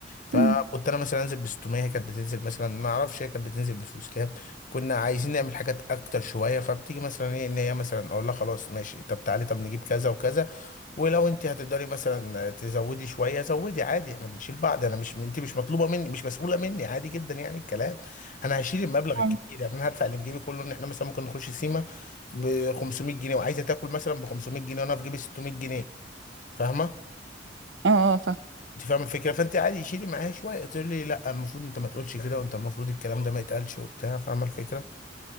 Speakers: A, on the left; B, on the right.
A: فكنت
B: امم
A: انا مثلا انزل ب 600 هي كانت بتنزل مثلا ما اعرفش هي كانت بتنزل بفلوس كام كنا عايزين نعمل حاجات اكتر شويه فبتيجي مثلا ايه ان هي مثلا اقول لها خلاص ماشي طب تعالي طب نجيب كذا وكذا ولو انت هتقدري مثلا تزودي شويه زودي عادي احنا بنشيل بعض انا مش انت مش مطلوبه مني مش مسؤوله مني عادي جدا يعني الكلام انا هشيل المبلغ
B: اه
A: الكبير يعني انا هدفع اللي في جيبي كله ان احنا مثلا ممكن نخش سيما ب 500 جنيه وعايزه تاكل مثلا ب 500 جنيه وانا في جيبي 600 جنيه فاهمه
B: اه
A: انت فاهمه الفكره فانت عادي شيلي معايا شويه تقول لي لا المفروض انت ما تقولش كده وانت المفروض الكلام ده ما يتقالش وبتاع فاهمه الفكره